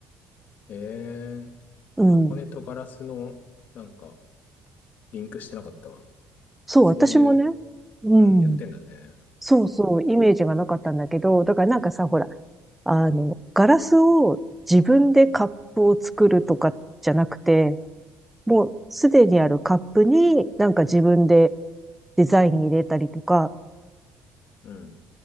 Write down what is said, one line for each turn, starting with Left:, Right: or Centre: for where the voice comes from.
Left: えー、
Centre: うん。
Left: 箱根とガラスの、なんか、リンクしてなかったわ。
Centre: そう、
Left: そういう、
Centre: 私もね。うん。
Left: うん、やってんだね。
Centre: そうそう、イメージがなかったんだけど、だからなんかさ、ほら、あの、ガラスを自分でカップを作るとかじゃなくて、もうすでにあるカップになんか自分でデザイン入れたりとか、
Left: うん。